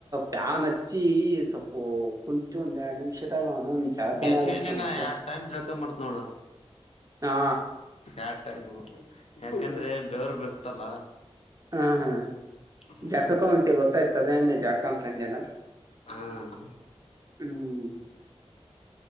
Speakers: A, on the right; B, on the left.
A: ಪ್ಯಾನ್ ಹಚ್ಚಿ ಸ ಓ ಕುಂತು ಒಂದ್ ಎರಡ ನಿಮಿಷದಾಗ. ಜಳಕನೇ
B: ಬೇಸಿಗೆಲ್ಲಿ
A: ಆಗುತ್ತ
B: ನಾನ
A: ಮತ್ತೆ
B: ಎಡ್ ಟೈಮ್ ಜಳಕಾ ಮಾಡತ್ನ್ ನೋಡು
A: ಹಾ
B: ಎರ್ <unintelligible> ಯಾಕಂದ್ರೆ ಬೇವರು ಬರ್ತಲ್ಲ.
A: ಹ್ಮ ಹ್ಮ್
B: ಹ್ಮ್
A: ಜಕಕೆ ಉಂಟಿ ಗೊತ್ತಾಯ್ತ ಅದೆಂದ ಜಳಕ ಅಂತ ಅಂದೆಲ್ಲ.
B: ಹ್ಮ್
A: ಹ್ಮ್